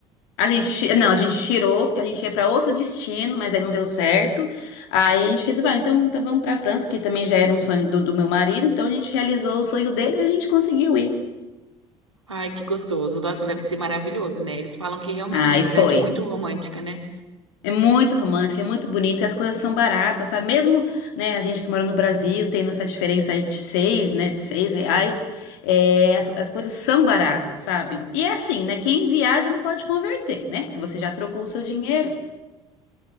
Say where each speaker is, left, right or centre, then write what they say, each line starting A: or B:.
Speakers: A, on the left; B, on the right.
A: A gente, ti- não, a gente tirou, porque a gente ia para outro destino, mas aí não deu certo. Aí a gente resolveu, ah, então, então vamos para França, que também já era um sonho do, do meu marido, então a gente realizou o sonho dele e a gente conseguiu ir.
B: Ai, que gostoso. Nossa, deve ser maravilhoso, né? Eles falam que realmente
A: Aí
B: é uma cidade
A: foi.
B: muito romântica, né?
A: É muito romântico, é muito bonito, e as coisas são baratas, sabe? Mesmo, né, a gente que mora no Brasil, tendo essa diferença aí de seis, né, de seis reais, é, as, as coisas são baratas, sabe? E é assim, né, quem viaja não pode converter, né? Porque você já trocou o seu dinheiro.